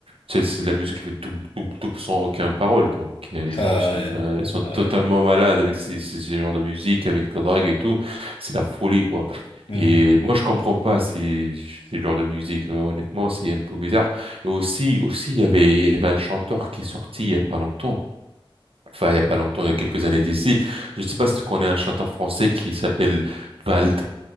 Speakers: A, on the right (about 80°); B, on the left (about 75°).
A: C'est c'est de la musique qui fait double, double, double sans aucune parole. Donc, euh, les
B: Ah,
A: gens sont,
B: ouais,
A: euh, ils sont totalement
B: ah ouais.
A: malades avec ces, ces, ces genres de musique, avec la drague et tout. C'est la folie, quoi.
B: Mhm.
A: Et moi, je comprends pas ces, ces genres de musique. Euh, Honnêtement, c'est un peu bizarre. Et aussi, aussi, il y avait, il y avait un chanteur qui est sorti il y a pas longtemps. Enfin, il y a pas longtemps, il y a quelques années d'ici. Je sais pas si tu connais un chanteur français qui s'appelle Vald.